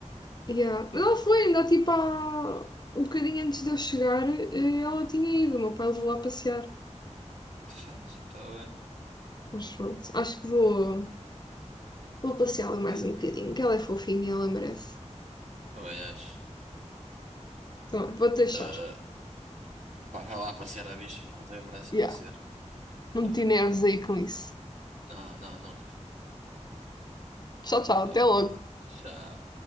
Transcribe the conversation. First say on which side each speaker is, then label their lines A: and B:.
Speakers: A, on the left; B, on the right.
A: Yeah. Mas ela foi, ainda tipo há um bocadinho antes de eu chegar, eh, ela tinha ido. O meu pai levou lá passear.
B: Ah, sim, está bem.
A: Mas pronto, acho que vou, vou passeá-la mais
B: Hum,
A: um bocadinho, que ela é fofinha e ela merece.
B: também acho.
A: Então, olha, vou deixar.
B: Ah, pá, vai lá passear a bicha. que Ela também merece
A: Yeah.
B: ir passear.
A: Não
B: Tá
A: meti
B: bem.
A: nervos aí com isso.
B: No, no, nunca.
A: Tchau, tchau,
B: Tá.
A: até logo.
B: Tchau.